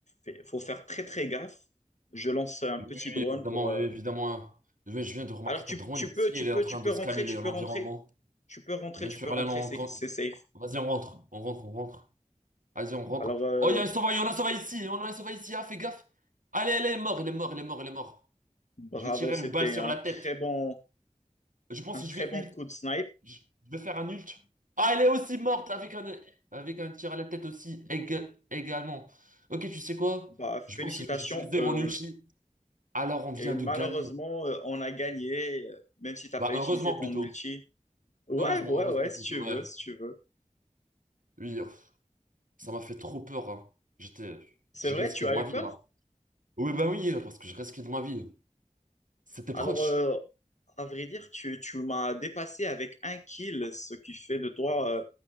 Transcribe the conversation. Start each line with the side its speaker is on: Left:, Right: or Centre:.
Left: Il faut faire très, très gaffe. Je lance un
Right: Oui,
Left: petit drone
Right: oui, évidemment,
Left: pour.
Right: oui,
Left: euh,
Right: évidemment. Je viens je viens de remarquer
Left: Alors, tu,
Right: ta drone
Left: tu peux,
Right: ici,
Left: tu
Right: elle
Left: peux,
Right: est en train
Left: tu peux
Right: de scanner
Left: rentrer, tu
Right: les- l'environnement.
Left: peux rentrer. Tu peux rentrer,
Right: Bien
Left: tu
Right: sûr,
Left: peux
Right: allez,
Left: rentrer,
Right: on
Left: c'est
Right: rencontre.
Left: c'est safe.
Right: Vas-y, on rentre, on rentre, on rentre. Vas-y, on rentre.
Left: Alors, euh,
Right: Oh, il y a un sauvage, on a un sauvage ici, on a un sauvage ici, ah, fais gaffe. Allez, elle est mort, il est mort, il est mort, il est mort.
Left: bravo,
Right: Je vais tirer
Left: c'était
Right: une balle sur
Left: un
Right: la
Left: très
Right: tête.
Left: bon,
Right: Je pense
Left: un très
Right: que je vais
Left: bon
Right: ult.
Left: coup de snipe.
Right: Je je vais faire un ult. Ah, elle est aussi morte avec un, avec un tir à la tête aussi, ég- également. Ok, tu sais quoi?
Left: Bah, félicitations.
Right: Je pense que je vais utiliser
Left: euh,
Right: mon ulti. Alors, on vient
Left: et malheureusement,
Right: de gagner.
Left: euh, on a gagné, euh, même si tu n'as
Right: Bah,
Left: pas utilisé
Right: heureusement
Left: ton
Right: plutôt.
Left: ulti. Ouais,
Right: Heureusement,
Left: ouais,
Right: heureusement,
Left: ouais,
Right: tout
Left: si tu veux,
Right: ouais.
Left: si tu veux.
Right: Oui, pff, ça m'a fait trop peur. hein. J'étais,
Left: C'est
Right: j'ai
Left: vrai,
Right: risqué
Left: tu as
Right: de ma
Left: eu
Right: vie
Left: peur.
Right: là. Oui, ben oui, parce que je risquais de ma vie. C'était
Left: Alors,
Right: proche.
Left: euh, à vrai dire, tu, tu m'as dépassé avec un kill, ce qui fait de toi euh,